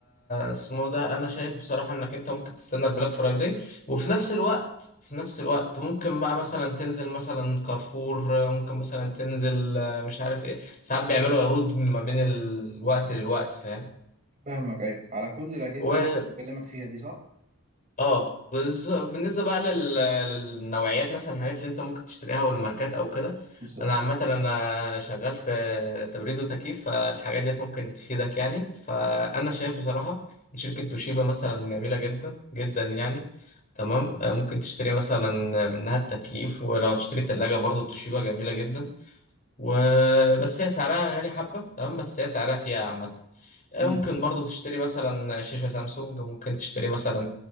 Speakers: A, on the left; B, on the right.
A: اسمه ده انا شايف بصراحه انك انت ممكن تستنى البلاك فرايداي وفي نفس الوقت في نفس الوقت ممكن بقى مثلا تنزل مثلا كارفور ممكن مثلا تنزل آه، مش عارف ايه ساعات بيعملوا عروض ما بين الوقت للوقت فاهم
B: فاهمك ايوه على كل الاجهزه
A: و
B: اللي انا كنت بكلمك فيها دي صح
A: اه بز- بالنسبه بقى لل- للنوعيات مثلا الحاجات اللي انت ممكن تشتريها والماركات او كده
B: بالظبط
A: انا عامه انا شغال في تبريد وتكييف فالحاجات ديت ممكن تفيدك يعني فانا شايف بصراحه إن شركه توشيبا مثلا جميله جدا جدا يعني تمام آه، ممكن تشتري مثلا منها التكييف ولو تشتري تلاجة برضو توشيبا جميله جدا وبس هي سعرها غالي حبه تمام بس هي سعرها فيها عامه ممكن
B: مم.
A: برضو تشتري مثلا شاشة سامسونج ممكن تشتري مثلا